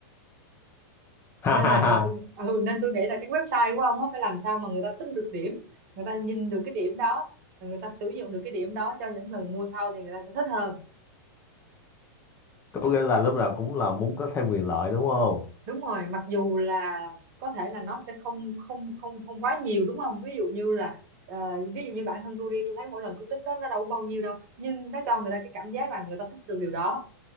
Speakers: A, on the left (about 20°); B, on the right (about 50°).
A: <laughs> ha
B: nên
A: ha
B: là,
A: ha
B: là tôi ừ, nên tôi nghĩ là cái website của ông á phải làm sao mà người ta tích được điểm người ta nhìn được cái điểm đó và người ta sử dụng được cái điểm đó cho những lần mua sau thì người ta sẽ thích hơn
A: có nghĩa là lúc nào cũng là muốn có thêm quyền lợi đúng không
B: đúng rồi mặc dù là có thể là nó sẽ không không không không quá nhiều đúng không ví dụ như là ờ, ví dụ như bản thân tôi đi tôi thấy mỗi lần tôi tích đó nó đâu có bao nhiêu đâu nhưng nó cho người ta cái cảm giác là người ta thích được điều đó